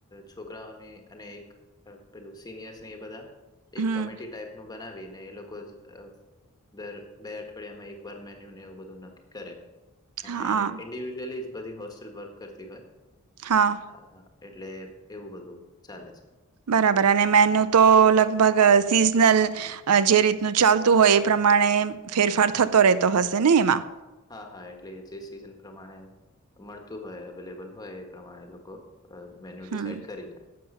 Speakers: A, on the left (about 20°); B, on the right (about 80°).
A: છોકરાઓની અને એક પેલું સિનિયર્સ ને એ બધા એક
B: હમ
A: કમિટી ટાઈપ નું બનાવી ને એ લોકો જ દર બે અઠવાડિયામાં એક વાર મેન્યુ ને એવું બધું નાખે. કરે અને
B: હા
A: ઇન્ડિવિજુઅલી જ બધી હોસ્ટેલ વર્ક કરતી હોય.
B: હા
A: હ એટલે એવું બધું ચાલે છે.
B: બરાબર અને મેનુ તો લગભગ સીઝનલ જે રીતનું ચાલતું હોય એ પ્રમાણે ફેરફાર થતો રહેતો હશે ને એમાં?
A: હા હા એટલે જે સિઝન પ્રમાણે મળતું હોય અવેલેબલ હોય એ પ્રમાણે લોકો મેન્યુ ડિસાઈડ
B: હમ
A: કરી લે.